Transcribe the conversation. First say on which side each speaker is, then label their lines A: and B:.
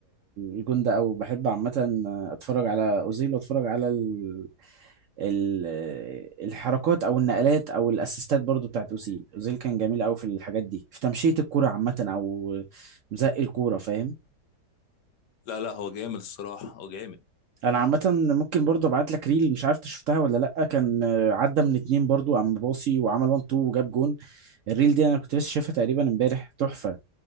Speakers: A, on the right (about 70°); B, on the left (about 80°).
A: الجون ده او بحب عامه اتفرج على اوزيل واتفرج على ال... ال... الحركات او النقلات او الاسيستات برضه بتاعت اوزيل اوزيل كان جميل قوي في الحاجات دي في تمشيه الكوره عامه او مزق الكوره فاهم
B: لا لا هو جامد الصراحة هو جامد
A: انا عامه ممكن برضو ابعت لك ريل مش عارف إنت شفتها ولا لا كان آه، عدى من اتنين برضو قام باصي وعمل 1 2 وجاب جون الريل دي انا كنت لسه شايفها تقريبا امبارح تحفه